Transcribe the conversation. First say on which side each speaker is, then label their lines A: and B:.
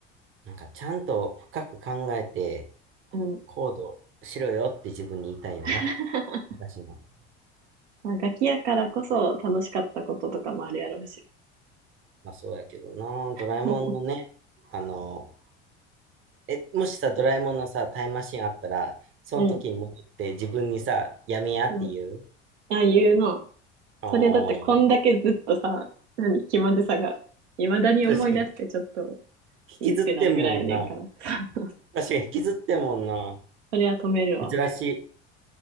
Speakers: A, on the right; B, on the right.
A: なんかちゃんと深く考えて
B: う。うん。
A: 行動しろよって自分に言いたいよな。
B: <laughs>
A: 昔の。
B: まあ、ガキやからこそ楽しかったこととかもあるやろうし。
A: まあそうやけどな。
B: <laughs>
A: ドラえもんのね、あの、え、もしさ、ドラえもんのさ、タイムマシンあったら、その時に戻って自分にさ、
B: うん、
A: やめやって言う
B: うん。ああいうの。
A: あ
B: それだってこんだけずっとさ、
A: あ、
B: 何、気まずさが、未だに思い出してちょっと、
A: 確かに。引きずってんもんな。
B: うってなるぐらいやねんから。<laughs>
A: 確かに引きずってんもんな。
B: それは止めるわ。
A: 珍しい。